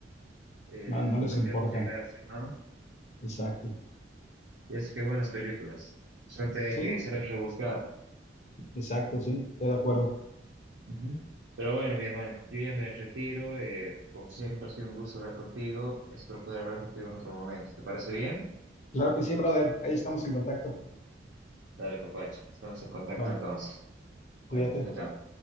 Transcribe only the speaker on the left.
No, no
les
importan.
Exacto.
Sí,
exacto, sí, estoy de acuerdo.
Claro que sí, brother. Ahí estamos en contacto.
Vale,
cuídate.